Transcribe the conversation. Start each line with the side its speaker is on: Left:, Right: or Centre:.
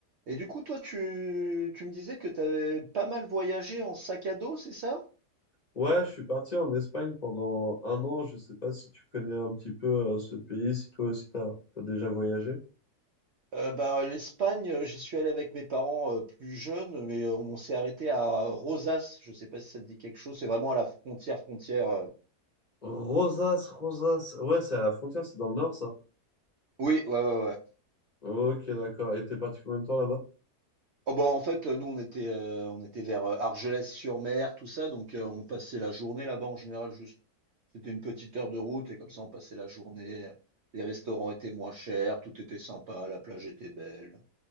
Right: Et du coup, toi, tu, tu me disais que tu avais pas mal voyagé en sac à dos, c'est ça?
Left: Ouais, je suis parti en Espagne pendant un an. Je sais pas si tu connais un petit peu euh, ce pays, si toi aussi t'as t'as déjà voyagé.
Right: Euh, bah, l'Espagne, euh, j'y suis allé avec mes parents euh, plus jeunes, mais euh, on s'est arrêté à Rosas. Je sais pas si ça te dit quelque chose. C'est vraiment à la frontière, frontière. euh.
Left: Rosas, Rosas. Ouais, c'est à la frontière, c'est dans le nord, ça.
Right: Oui, ouais, ouais, ouais.
Left: Ok, d'accord. Et t'es parti combien de temps là-bas?
Right: Oh, bah, en fait, euh, nous, on était, euh, on était vers euh, Argelès-sur-Mer, tout ça. Donc, euh, on passait la journée là-bas en général. Juste, c'était une petite heure de route et comme ça, on passait la journée. Les restaurants étaient moins chers, tout était sympa, la plage était belle.